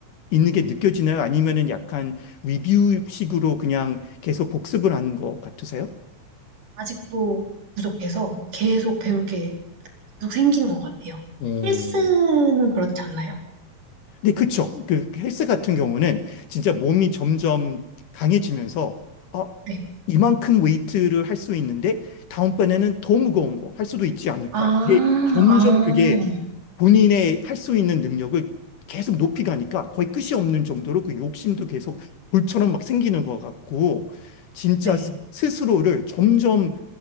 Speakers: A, on the left; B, on the right.
A: 있는 게 느껴지나요? 아니면은 약간 리뷰식으로 그냥 계속 복습을 하는 것 같으세요?
B: 아직도 부족해서 계속 배울 게 계속 생기는 것 같아요.
A: 어,
B: 헬스는 그렇지 않나요?
A: 네, 그쵸. 그 헬스 같은 경우는 진짜 몸이 점점 강해지면서, 아,
B: 네,
A: 이만큼 웨이트를 할 수 있는데, 다음번에는 더 무거운 거 할 수도 있지 않을까.
B: 아,
A: 그게 점점
B: 아,
A: 그게 본인의 할 수 있는 능력을 계속 높이 가니까 거의 끝이 없는 정도로 그 욕심도 계속 불처럼 막 생기는 것 같고, 진짜
B: 네,
A: 스- 스스로를 점점